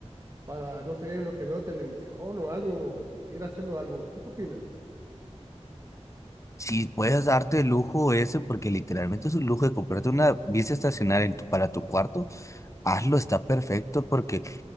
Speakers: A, on the right (about 30°); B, on the left (about 25°).
A: para, no sé, en lo que veo televisión o algo, ir haciendo algo. ¿Tú qué opinas?
B: Si puedes darte el lujo ese, porque literalmente es un lujo de comprarte una bici estacionaria en tu, para tu cuarto. Hazlo, está perfecto porque